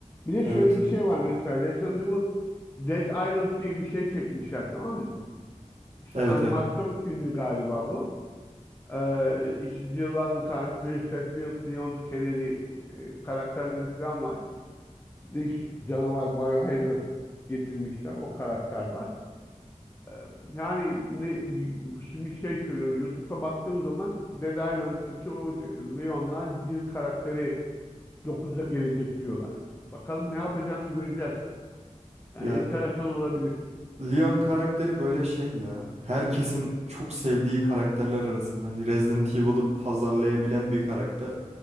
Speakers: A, on the left; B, on the right.
A: Bir de
B: Evet.
A: şöyle bir şey var mesela Resident Evil Dead Island diye bir şey çekmişler tamam mı? İşte
B: Evet
A: animasyon
B: evet.
A: filmi galiba bu. Ee, işte Jill Valentine, Chris Redfield, Leon Kennedy e, karakterleri falan var. Bir de işte canavar Biohazard getirmişler. O karakter var. Ee, yani ne bi- şimdi şey söylüyor YouTube'da baktığım zaman Dead Island'daki o Leon'la Jill karakteri dokuzda gelecek diyorlar. Bakalım ne yapacağını göreceğiz. Yani
B: Ya
A: enteresan olabilir.
B: Leon karakteri böyle şey ya. Herkesin çok sevdiği karakterler arasında. Hani Resident Evil'ı pazarlayabilen bir karakter.